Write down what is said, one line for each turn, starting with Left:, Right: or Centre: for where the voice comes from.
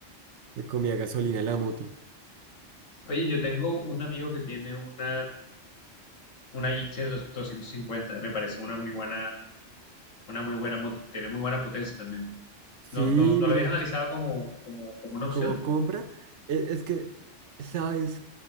Right: me comía gasolina la moto.
Left: Oye, yo tengo un amigo que tiene una, una Gixxer dos- 250, me parece una muy buena, una muy buena moto. Tiene muy buena potencia también.
Right: Sí,
Left: ¿No, no, no lo
Right: mira,
Left: habías analizado
Right: c-
Left: como, como, como una opción?
Right: como compra, e- es, que, ¿sabes?